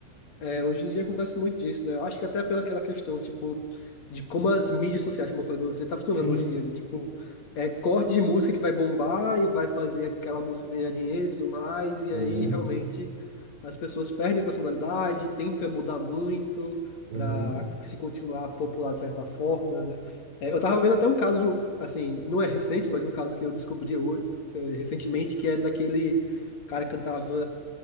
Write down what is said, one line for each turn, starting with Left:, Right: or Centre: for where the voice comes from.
Left: É, hoje em dia acontece muito disso, né? Eu acho que até pela aquela questão, tipo, de como as mídias sociais, como eu falei pra você, tá funcionando
Right: Sim.
Left: hoje em dia, né? Tipo, é corte de música que vai bombar e vai fazer aquela música ganhar dinheiro e tudo mais, e
Right: Uhum.
Left: aí realmente as pessoas perdem a personalidade, tentam mudar muito
Right: Uhum.
Left: pra se continuar popular de certa forma, né? É, eu tava vendo até um caso, assim, não é recente, mas um caso que eu descobri hoje, eh, recentemente, que é daquele cara que cantava,